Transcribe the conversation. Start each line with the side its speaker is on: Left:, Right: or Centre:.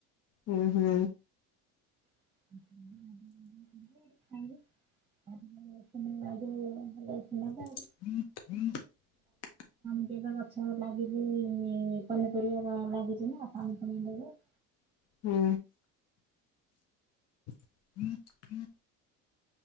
Left: ହୁଁ ହୁଁ।
Right: ଆଇିଲ <unintelligible>
Left: ହୁଁ ହୁଁ
Right: ଦି ଟା ଗଛ ଲାଗିଚି ପନିପରିବା ଲାଗିଛି ନା ପାଣି ଫାଣି ଦେବେ।
Left: ହୁଁ। ହୁଁ ହୁଁ